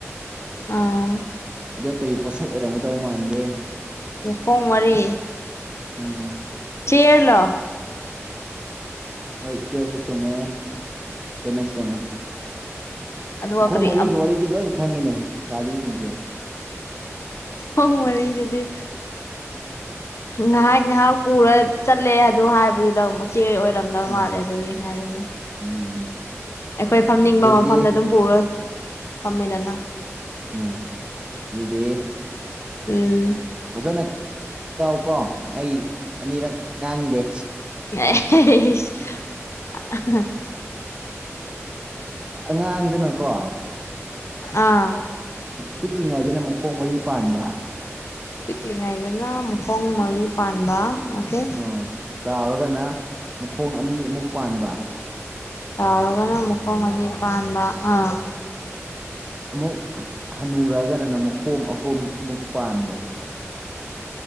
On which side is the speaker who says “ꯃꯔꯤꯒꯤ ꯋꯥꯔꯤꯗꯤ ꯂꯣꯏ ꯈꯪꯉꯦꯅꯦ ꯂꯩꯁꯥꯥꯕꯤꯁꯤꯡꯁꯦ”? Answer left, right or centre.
Right